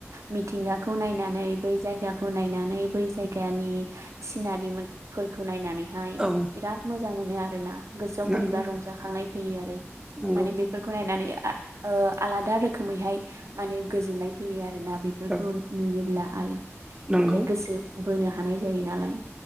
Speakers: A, on the right (about 80°); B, on the right (about 15°).
A: मिथिंगाखौ नायनानै बै जायगाखौ नायनानै बै जायगानि सिनारिफोरखौ नायनानै हाय
B: औ
A: बिराद मोजां मोनो आरो रोना गोसोआव
B: नंगौ
A: बोरैबा रंजाखांनाय फैयो आरो ।
B: नंगौ
A: माने बेफोरखौ नायनानै आ ओ आलादा रोखोमैहाय माने गोजोननाय फैयो आरो । ना बेफोरखौ
B: औ
A: नुयोब्ला आरो
B: नंगौ
A: नि गोसो बोनो हानाय जायो नालाय।